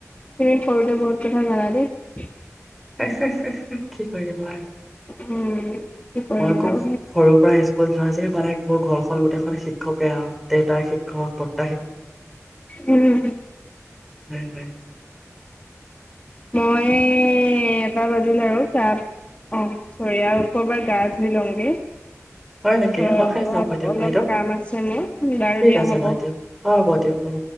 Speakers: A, on the left; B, in the centre.
A: তুমি ক দে বহুত ক বৰ জানা দেই
B: আঃ হাঁ হাঁ কি কৰিব আৰু
A: উম কি কৰিম
B: মই খুব
A: আৰু
B: সৰুৰ পৰা স্কুল যোৱা যে মানে মোৰ ঘৰখন গোটেইখন শিক্ষকে আৰু দেউতা শিক্ষক পদ
A: উম
B: হয় হয়
A: মই এটা বাজিল আৰু গাত অ চৰি আৰু কৰবাত গা ধুই লওঁগে
B: হয় নেকি
A: ত
B: হয় হয়
A: অলপ
B: যাব দিয়ক
A: অলপ
B: বাইদেউ
A: কাম আছে মোৰ বাৰু
B: ঠিক
A: দিয়া
B: আছে
A: হ'ব
B: বাইদেউ অ' হ'ব দিয়ক হ'ব